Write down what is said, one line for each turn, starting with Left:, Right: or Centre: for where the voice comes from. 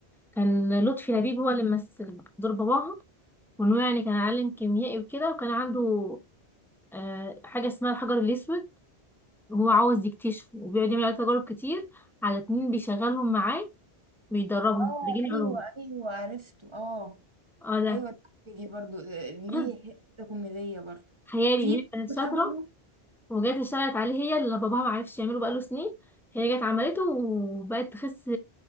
Centre: كان لطفي لبيب هو اللي مثل دور باباها وانه يعني كان عالم كيميائي وكده وكان عنده آه حاجه اسمها الحجر الاسود وهو عاوز يكتشفه وبيقعد يعمل عليه تجارب كتير على اتنين بيشغلهم معاه بيدربهم
Right: اه
Centre: خريجين
Right: ايوه
Centre: علوم
Right: ايوه عرفته اه
Centre: اه ده
Right: ايوه دي برضو آه، ليه
Centre: <clears throat>
Right: حته كوميديه برضو
Centre: خيالي
Right: في
Centre: ان هي كانت شاطره
Right: شبهه
Centre: وجات اشتغلت عليه هي اللي باباها ما عرفش يعمله بقاله سنين هي جت عملته وبقت تخس